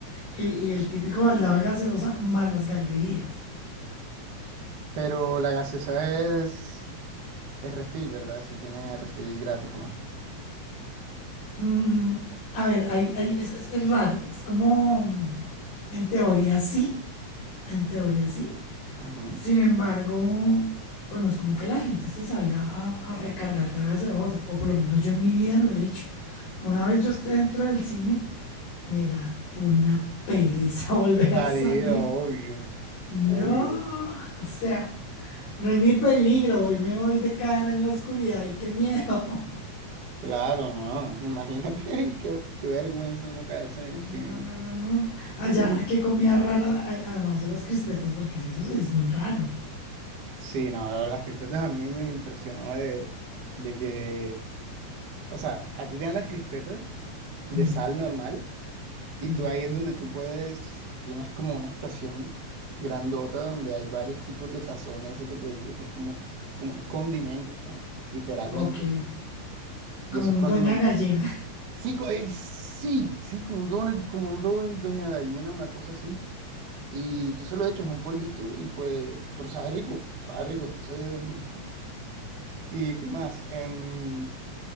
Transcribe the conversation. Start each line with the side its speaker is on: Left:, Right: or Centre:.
Left: Y, y el típico baldado de gaseosa, malas galguerías.
Right: Pero la gaseosa es, es refil, ¿verdad? Si tiene refil gratis o no.
Left: Mm, a ver, ahí, ahí es, es- es raro, es como, mm, en teoría sí, en teoría sí,
Right: Ujú.
Left: Sin embargo, pues no es como que la gente se salga a, a recargar la gaseosa, o por lo menos yo en mi vida lo he hecho. Una vez yo esté dentro del cine, me da una pereza <laughs> volver
Right: Salir,
Left: a salir.
Right: obvio.
Left: No,
Right: Obvio.
Left: o sea, no hay ni peligro, hoy me voy de cara en la oscuridad y qué miedo. <laughs>
Right: Claro, no. Imagínate <laughs> qué, qué vergüenza uno caerse en el cine.
Left: No, no, no, no, no. Allá,
Right: <laughs>
Left: qué comida rara hay, además de las crispetas, porque si eso sí es muy raro.
Right: Sí, no, la- las crispetas a mí me impresionó de, de que, o sea, a ti te dan las crispetas de
Left: Mm,
Right: sal normal y
Left: mm.
Right: tú ahí es donde tú puedes, tienes como una estación grandota donde hay varios tipos de sazón, eso que te digo, que es como, como unos condimentos, ¿no? Literalmente.
Left: Ok,
Right: Y
Left: como
Right: esos
Left: un
Right: condimentos.
Left: doña gallina.
Right: Sí, co- eh, sí, sí, como un, don, como un don- doña gallina, una cosa así. Y tú se lo echas un polvito y pues, pero sabe rico, sabe rico, entonces... <laughs> ¿Y qué más? Em,